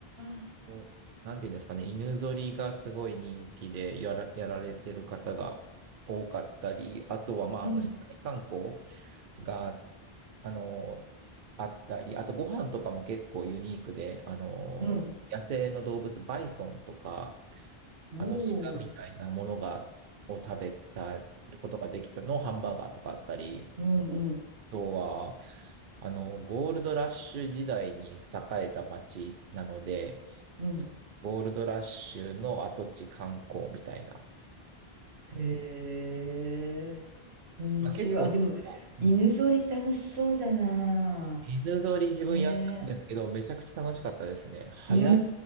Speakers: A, on the right (about 85°); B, on the right (about 60°).
A: あ。
B: おなんていうんですかね、犬ぞりがすごい人気でやら、やられてる方が多かったり、あとは、まあ、
A: うん、
B: あの、市内観光が、あの、あったり、あとご飯とかも結構ユニークで、あの、
A: うん、
B: 野生の動物、バイソンとか、
A: お
B: あの、鹿みたいなものが、
A: お、
B: を食べたことができたのハンバーガーとかあったり、
A: うん、うん、
B: とは、あの、ゴールドラッシュ時代に栄えた町なので、
A: うん。
B: ゴールドラッシュの跡地観光みたいな。
A: へえ、面白い。
B: まあ、結構、
A: あ、でも、
B: うん
A: 犬ぞり楽しそうだな。
B: 犬ぞり自分やったんですけど、
A: ね
B: めちゃくちゃ楽しかったですね。早い。
A: え、う